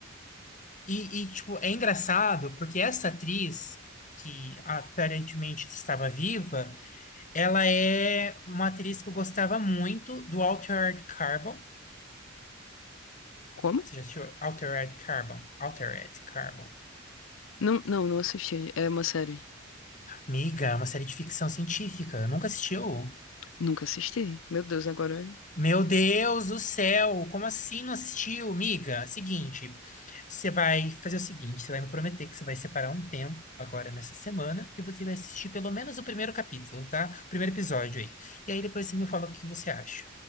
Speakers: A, on the left; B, on the left.
A: E, e, tipo, é engraçado porque essa atriz, que aparentemente estava viva, ela é uma atriz que eu gostava muito do Altered Carbon.
B: Como?
A: Você já assistiu Altered Carbon? Altered Carbon.
B: Não, não, não assisti. É uma série.
A: Amiga, é uma série de ficção científica. Nunca assistiu?
B: Nunca assisti. Meu Deus, agora.
A: Meu Deus do céu, como assim não assistiu, miga? Seguinte, você vai fazer o seguinte, você vai me prometer que você vai separar um tempo agora nessa semana e você vai assistir pelo menos o primeiro capítulo, tá? O primeiro episódio aí. E aí depois você me fala o que você acha.